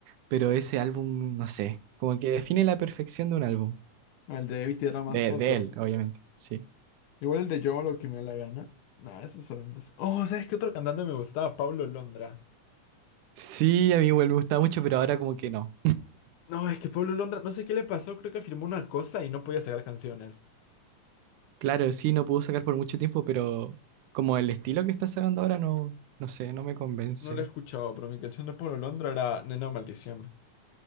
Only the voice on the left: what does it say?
El de Evita era más
fotos.
Igual el de Yo hago lo que me da la gana. Nah, esos eran unos- Oh, ¿sabes qué otro cantante me gustaba? Pablo Londra.
No, es que Pablo Londra, no sé qué le pasó, creo que firmó una cosa y no podía sacar canciones.
No la he escuchado, pero mi canción de Pablo Londra era Nena Maldición.